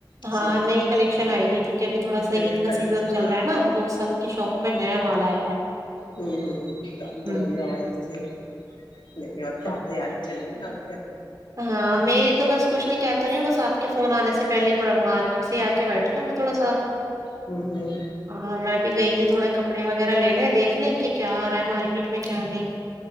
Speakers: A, on the left; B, on the right.
A: سوٹ
B: ہاں
A: وغیرہ
B: نئی کلیکشن آئی گ کہ ابھی تھوڑا سا
A: نیو
B: عید
A: نیو
B: کا
A: کلیکشن
B: سیزن چل
A: ہاں
B: رہا ہے نا تو سب کی شاپ پہ نیا مال آیا ہے
A: ہ ہ تو ہم
B: ہوں
A: تو بھیا وہیں سے نہیں اور کیا
B: ہاں
A: تیاری چلتی جات
B: ہاں میری تو بس کچھ نہیں کہ تو رہی ہوں بس آپ کے فون آنے سے پہلے مارکیٹ سے آ کے بیٹھی ہوں میں تھوڑا سا
A: ہوں ہوں
B: ہاں میں بھی گئی تھی تھوڑے کپڑے وغیرہ لینے دیکھنے کہ کیا آ رہا ہے مارکیٹ میں کیا نہیں